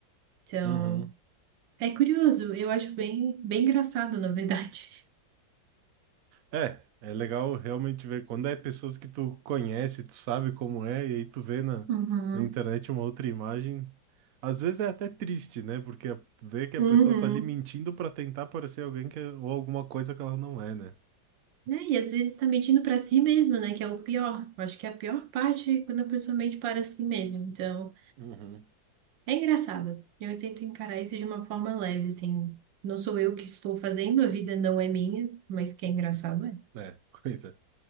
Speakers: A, on the right; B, on the right.
A: Então,
B: Uhum.
A: é curioso, eu acho bem, bem engraçado, na verdade.
B: É, é legal realmente ver quando é pessoas que tu conhece, tu sabe como é, e aí tu vê na,
A: Uhum.
B: na internet uma outra imagem. Às vezes é até triste, né? Porque a- vê que a
A: Uhum.
B: pessoa tá ali mentindo pra tentar parecer alguém que é- ou alguma coisa que ela não é, né?
A: Né? E às vezes tá mentindo pra si mesmo, né? Que é o pior. Eu acho que é a pior parte é quando a pessoa mente para si mesmo. Então,
B: Uhum.
A: é engraçado. Eu tento encarar isso de uma forma leve, assim. Não sou eu que estou fazendo, a vida não é minha, mas que é engraçado é.
B: É, <laughs> coisa.